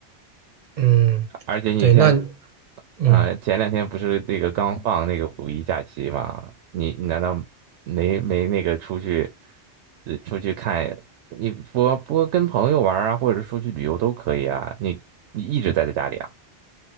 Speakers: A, on the right; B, on the right.
A: 嗯，
B: 而且你像，
A: 对，那嗯。
B: 呃，前两天不是那个刚放那个五一假期嘛？你你难道没没那个出去，呃，出去看？你不不跟朋友玩儿啊，或者出去旅游都可以啊。你你一直待在家里啊？